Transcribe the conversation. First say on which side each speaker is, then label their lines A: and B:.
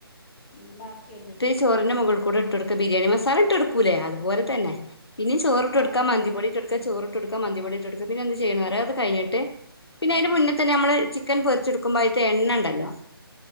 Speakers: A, on the left; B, on the left.
A: ഉം ബാക്കി എടുത്ത്
B: ഇന്ന്ട്ട്
A: വെക്കുക
B: ഈ ചോറിന്റെ മുകൾ കുടെ ഇട്ട് കൊട്ക്ക, ബിരിയാണി മസാല ഇട്ട് കൊട്ക്കൂലെ അതുപോലെ തന്നെ. പിന്നിം ചോറ്ട്ട്
A: ആ
B: കൊട്ക്ക,
A: അതുപോലെ
B: മന്തി പൊടി ഇട്ട് കൊട്ക്ക, ചോറ് ഇട്ടൊട്ക്ക പിന്നെന്ത് ചെയ്യണന്നറിയോ അത് കഴിഞ്ഞിട്ട്, പിന്നെ അയിന്റെ മുന്ന തന്നെ അമ്മള് ചി ക്കൻ പൊരിച്ച്ട്ക്കുമ്പൊ അയ്ത്തെ എണ്ണണ്ടല്ലോ,